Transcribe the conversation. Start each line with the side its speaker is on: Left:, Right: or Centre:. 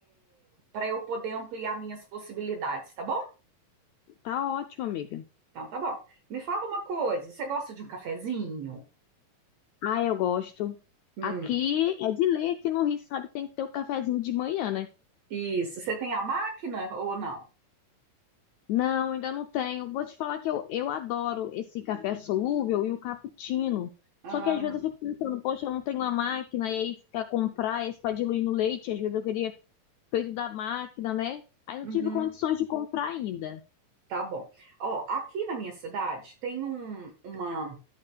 Right: para eu poder ampliar minhas possibilidades, tá bom?
Left: Tá ótimo, amiga.
Right: Então, tá bom. Me fala uma coisa, você gosta de um cafezinho?
Left: Ah, eu gosto.
Right: Hum,
Left: Aqui é de lei, aqui no Rio, sabe, tem que ter o cafezinho de manhã, né?
Right: isso. Você tem a máquina ou não?
Left: Não, ainda não tenho. Vou te falar que eu, eu adoro esse café solúvel e o cappuccino.
Right: Ah,
Left: Só que às vezes eu fico pensando, poxa, eu não tenho uma máquina, e aí ficar comprar esse para diluir no leite, às vezes eu queria feito da máquina, né? Aí não
Right: uhum,
Left: tive condições de comprar ainda.
Right: tá bom. Ó, aqui na minha cidade tem um, uma.